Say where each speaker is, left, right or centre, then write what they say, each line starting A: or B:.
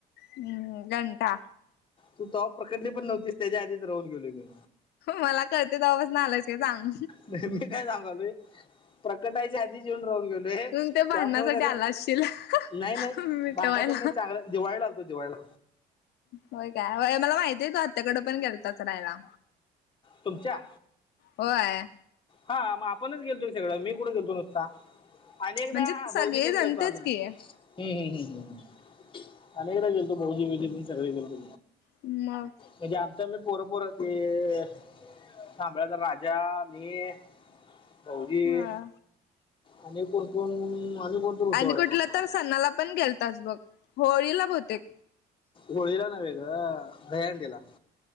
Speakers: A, on the left; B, on the left.
A: हम्म घंटा
B: तू तो प्रकटली पण नव्हतीस त्यांच्या आधीच राहून गेलो मी
A: मला कळतंय तवापासून आलायस काय सांग
B: नाही मी काय सांगलुय प्रकटायच्या आधीच येऊन राहून गेलोय
A: तू ते भांडणासाठी
B: त्यामुळ कसं
A: आला असशील
B: नाही नाही
A: मिटवायला
B: भांडासाठी नाही चांगला दिवाळी आलतो दिवाळीला
A: होय काय मला माहितीय तू आत्याकडं पण गेलतास राहायला
B: तुमच्या
A: हो आहे
B: हा मग आपणच गेलतो सगळं मी कुठं गेलतो नुस्ता अनेकदा
A: म्हणजे सगळे
B: भाऊजीतेन
A: जण
B: गेलतो
A: तेच
B: आम्ही हम्
A: की
B: हम् हम् हम् अनेकदा गेलतो भाऊजी सग गेलतो
A: म
B: म्हणजे आमच्या आम्ही पोर पोर ते कांबळेच्या राजा मी भाऊजी
A: होय
B: आणि कोण कोण आणि कोण तर होतो
A: आणि
B: वाटतं
A: कुठल्या तर सणाला पण गेलतास बघ होळीला बहुतेक
B: होळीला नव्हे गं दही हंडीला